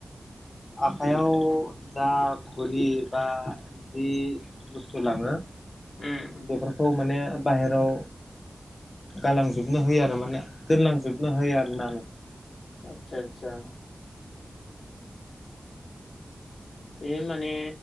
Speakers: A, on the left; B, on the left.
A: आखाइयाव जा खुरि बा जि बुस्थु लाङो
B: उम उम
A: बेफोरखौ माने बाहेराव गालांजोबनो होयो आरो माने दोनलांजोबनो होयो आरो ना
B: आतसासा ए। बि माने